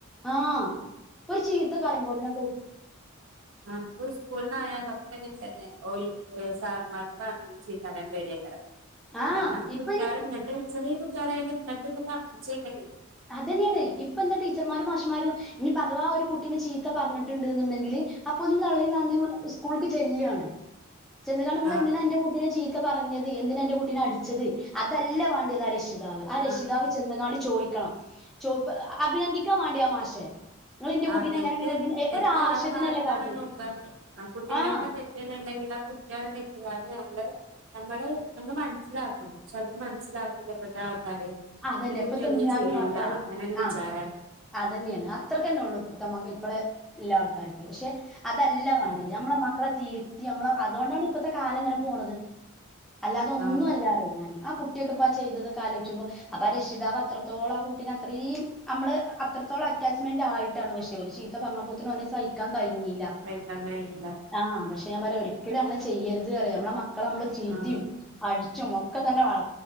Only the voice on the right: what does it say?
നമുക്ക് സ്കൂളിനായാല് ഒക്കെ ഇങ്ങനെ തന്നെ ഓൽ സാർമാർക്കാ ആണെങ്കിലും ചീത്ത പറയാൻ പേടിയ കാരണം
കുട്ടികൾ
ഇങ്ങട്ട് വിളിച്ചാൽ ചെറിയ കുട്ടികൾ ഇങ്ങട്ട് പാറ -
ആഹ്
ആഹ്
ആഹ
തെറ്റ്
തെറ്റ്
ആരെ ഭാഗത്താണെന്ന്
നോക്കാ ആ കുട്ടിന്റെടുത്താ
തെറ്റന്നുണ്ടെങ്കില് കുട്ടിയാണ് തെറ്റുകാരി <unintelligible> നമ്മള് മനസ്സിലാക്കണം പക്ഷെ അത് മനസിലാക്കൂല ഇപ്പത്തെ ആൾക്കാര്
എന്റെ കുട്ടി
ഒന്നും
ചെയ്യൂല
അങ്ങനൊരു
വിചാരാണ്
ആഹ്
ആഹ്
കഴിക്കാൻ കഴിയൂല
ആഹ്